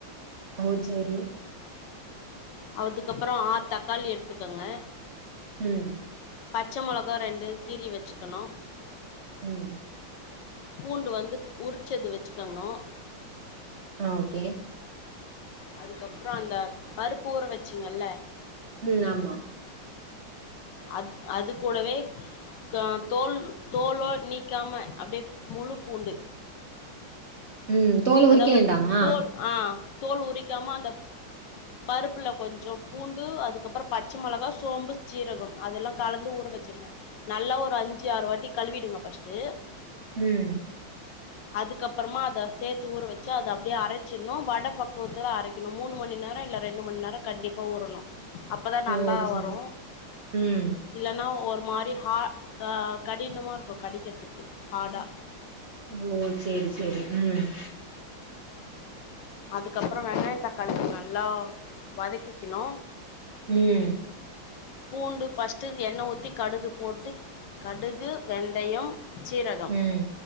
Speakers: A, on the right (about 70°); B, on the left (about 70°).
A: ஓ சேரி
B: அதுக்கப்ரோ ஆரு தக்காளி எடுத்துக்கங்க
A: உம்
B: பச்சை மிளகா ரெண்டு கீறி வச்சுக்கணு
A: உம்
B: பூண்டு வந்து உரிச்சது வச்சுக்கணு
A: ஆ ஓகே
B: அதுக்கப்பற அந்த பருப்பு ஊற வச்சிங்கல்ல
A: உம் ஆமா
B: அத் அது கூடவே அ தோல் தோலோ நீக்காம அப்படியே முழு பூண்டு
A: உம் தோல் உரிக்க
B: அதாவது
A: வேண்டாமா
B: தோல் ஆ தோல் உரிக்காம அந்த பருப்புல கொஞ்சோ பூண்டு அதுக்கப்புற பச்சை மிளகா சோம்பு சீரக அதெல்லா கலந்து ஊற வச்சிடுங்க நல்லா ஒரு அஞ்சு ஆறு வாட்டி கழுவிடுங்க பஸ்ட்டு
A: உம்
B: அதுக்கப்பறமா அத சேர்த்து ஊற வச்சு அது அப்படியே அரைச்சிடணு வட பக்குவத்துல அரைக்கணு மூணு மணி நேர இல்ல ரெண்டு மணி நேர கண்டிப்பா ஊறணு அப்பதா
A: ஓ
B: நல்லா
A: சேரி
B: வரு
A: சேரி ம்
B: இல்லன்னா ஒரு மாரிஹஹ் கடினமா இருக்கு கடிக்கிறதுக்கு ஹார்டா
A: ஓ சேரி சேரி உம்
B: அதுக்கப்ரோ வெங்காய தக்காளி நல்லா வதக்கிக்கணு
A: உம்
B: பூண்டு பஸ்ட்டு எண்ண ஊத்தி கடுகு போட்டு கடுகு வெந்தய சீரகம்
A: ம்